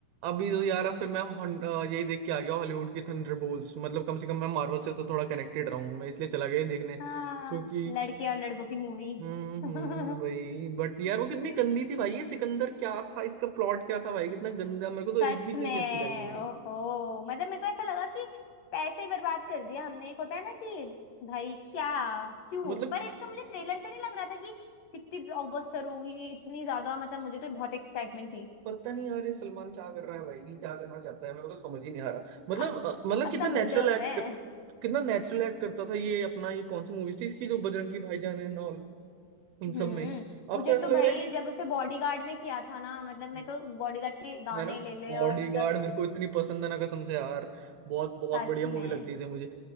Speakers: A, on the right (about 75°); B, on the left (about 80°).
A: अभी तो यार अब फिर मैं हॉन- अ, यही देख के आ गया हॉलीवुड की थंडरबोल्ट्स मतलब कम से कम मैं मार्वल से तो थोड़ा कनेक्टेड रहा हूं मैं इसलिए चला गया ये देखने
B: हाँ
A: क्योंकि
B: लड़के और लड़कों की मूवी
A: हम्म
B: <laughs>
A: हम्म वही बट यार वो कितनी गंदी थी भाई ये सिकंदर क्या था इसका प्लॉट क्या था भाई कितना गंदा मेरे को तो एक
B: सच
A: भी चीज
B: में
A: नहीं अच्छी लगी
B: ओहो मतलब मेरे को ऐसा लगा कि पैसे बर्बाद कर दिया हमने एक होता है ना कि भाई क्या क्यों
A: मतलब
B: पर इसका मुझे ट्रेलर से नहीं लग रहा था कि कितनी ब्लॉकबस्टर होगी इतनी ज्यादा मतलब मुझे तो बहुत एक्साइटमेंट थी
A: पता नहीं यार ये सलमान क्या कर रहा है भाई ये क्या करना चाहता है मेरे को तो समझ ही नहीं आ रहा मतलब
B: आह,
A: अ, मतलब
B: अब
A: कितना
B: सब
A: नेचुरल
B: बुड्ढे हो गए
A: एक्ट
B: हैं
A: कर, कितना नेचुरल एक्ट करता था ये अपना ये कौन सी मूवी थी इसकी जो बजरंगी भाईजान एंड ऑल इन
B: हम्म
A: सब में अब
B: मुझे
A: तो ऐसा
B: तो
A: लग
B: भाई
A: रहा है
B: जब उसने बॉडीगार्ड में किया था ना मतलब मैं
A: कि
B: तो बॉडीगार्ड के गाने
A: है ना
B: ले ले
A: बॉडीगार्ड
B: और मतलब
A: मेरे को इतनी पसंद है ना कसम से यार बहुत बहुत
B: सच
A: बढ़िया मूवी
B: में
A: लगती थी मुझे